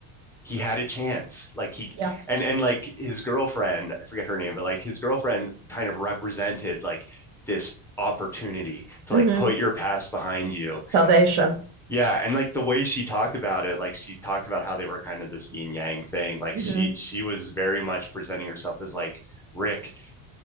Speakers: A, in the centre; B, on the right.
A: he had a chance like he
B: Yeah.
A: and and like his girlfriend i forget her name but like his girlfriend kind of represented like this opportunity to
B: hmm
A: like put your past behind you
B: Salvation.
A: yeah and like the way she talked about it like she talked about how they were kind of this yin yang thing like
B: hmm
A: she she was very much presenting herself as like rick